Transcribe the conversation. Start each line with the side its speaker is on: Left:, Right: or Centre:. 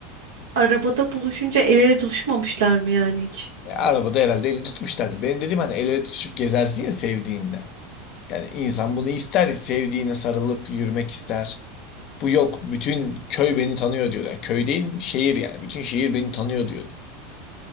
Right: Arabada buluşunca el ele tutuşmamışlar mı yani hiç?
Left: Ya arabada herhalde elini tutmuşlardı. Benim dediğim hani el ele tutuşup gezersin ya sevdiğinle. Yani insan bunu ister. Sevdiğine sarılıp yürümek ister. Bu yok. Bütün köy beni tanıyor diyordu. Yani köy değil, şehir yani. Bütün şehir beni tanıyor diyordu.